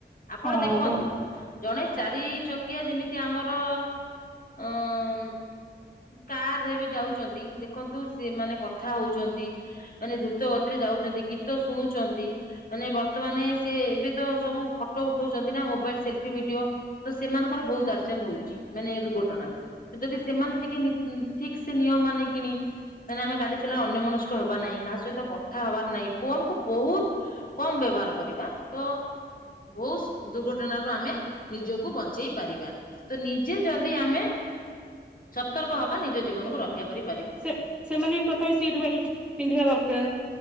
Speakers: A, on the left; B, in the centre.
A: ଆପଣ
B: ହଁ
A: ଦେଖନ୍ତୁ। ଜଣେ ଚାରି ଚକିଆ ଯେମିତି ଆମର ଅଁ। କାରରେ ବି ଯାଉଛନ୍ତି ଦେଖନ୍ତୁ ସେମାନେ କଥା ହଉଛନ୍ତି। ମାନେ ଦ୍ରୁତ ଗତିରେ ଯାଉଛନ୍ତି ଗୀତ ଶୁଣୁଛନ୍ତି। ମାନେ ବର୍ତ୍ତମାନ ସେ ଏବେ ତ ସବୁ ଫଟୋ ଉଠଉଛନ୍ତି ନା ମୋବାଇଲ ସେଲଫି ଭିଡିଓ। ତ ସେମାନଙ୍କର ବହୁତ ଆକ୍ସିଡେଣ୍ଟ ହଉଛି ମାନେ ଏ ଦୁର୍ଘଟଣା ଯଦି। ସେମାନେ ଟିକେ ନି ଠିକ ସେ ନିୟମ ମାନି କିଣି। ନାଇଁ ଆମେ ଗାଡି ଚଲେଇବା ଅନ୍ୟ ମନସ୍କ ହେବା ନାାଇଁ କାହା ସହିତ କଥା ହବାର ନାହିଁ ଫୋନ କୁ ବହୁତ କମ ବ୍ୟବହାର କରିବା ତ ବହୁତ ଦୁର୍ଘଟଣ ର ଆମେ ନିଜକୁ ବଞ୍ଚେଇ ପାରିବା। ତ ନିଜେ ଯଦି ଆମେ। ସତର୍କ ହବା ନିଜ ଜୀବନକୁ ରକ୍ଷା କରି
B: ସେ ସେମାନେ ବି ପ୍ରଥମେ ସିଟ ବେଲ୍ଟ ପିନ୍ଧିବା ଦରକାର।